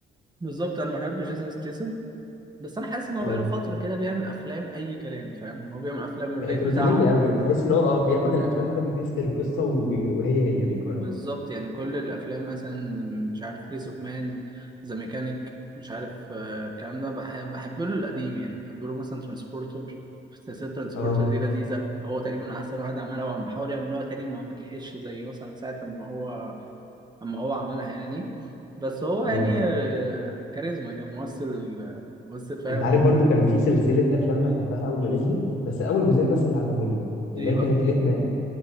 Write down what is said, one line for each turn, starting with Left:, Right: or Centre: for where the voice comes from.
Right: بالظبط انا بحب جيسون ستيسن بس انا حاسس ان هو
Left: اه
Right: بقاله فتره كده بيعمل افلام اي كلام فاهم ان هو بيعمل افلام
Left: بقت
Right: الريت بتاعها
Left: روتينيه قوي تحس ان هو اه بياخد الافلام كوبي بيست القصه وبي... وهي هي بيكرر
Right: بالظبط يعني كل الافلام مثلا مش عارف ريس اوف مان ذا ميكانيك مش عارف آه، الكلام ده بحب بحب له القديم يعني بحب له مثلا ترانسبورتر سلسلة ترانسبورتر
Left: اه
Right: دي لذيذة هو تقريبا أحسن واحد عملها وعم حاول يعملوها تاني ما نجحتش زي مثلا ساعة ما هو اما هو عملها يعني بس هو يعني
Left: اه
Right: آه، كاريزما كان ممثل ممثل فاهم
Left: انت عارف برضو كان في سلسله افلام بحبها اول ما نزلت بس اول جزئين بس اللي عجبوني اللي
Right: ايه
Left: هي
Right: بقى
Left: كانت هيت مان